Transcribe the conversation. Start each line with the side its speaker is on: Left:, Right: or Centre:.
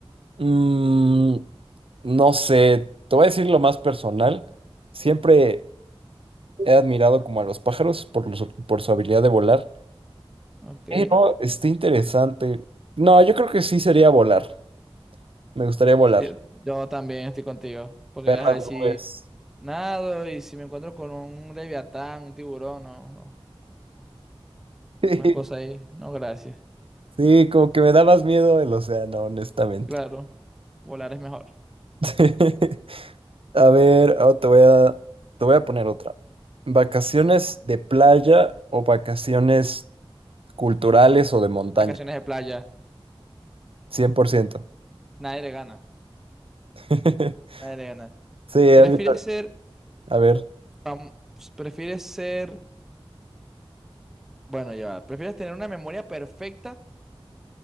Right: Mm, no sé, te voy a decir lo más personal. Siempre he admirado como a los pájaros por, los- por su habilidad de volar.
Centre: Ok,
Right: Pero está interesante. No, yo creo que sí sería volar. Me gustaría volar,
Centre: sí, yo también estoy contigo, porque
Right: ver
Centre: ajá,
Right: las nubes.
Centre: si nado y si me encuentro con un leviatán, un tiburón, no, no,
Right: <laughs>
Centre: una cosa ahí, no, gracias.
Right: Sí, como que me da más miedo el océano, honestamente.
Centre: Claro, volar es mejor.
Right: <laughs> A ver, ahora te voy a, te voy a poner otra. ¿Vacaciones de playa o vacaciones culturales o de montaña?
Centre: Vacaciones de playa,
Right: 100%.
Centre: nadie le gana,
Right: <laughs>
Centre: nadie le gana.
Right: Sí,
Centre: ¿Prefieres
Right: a mí ta-
Centre: ser
Right: A ver.
Centre: Vam- ¿prefieres ser, bueno, ya, va, prefieres tener una memoria perfecta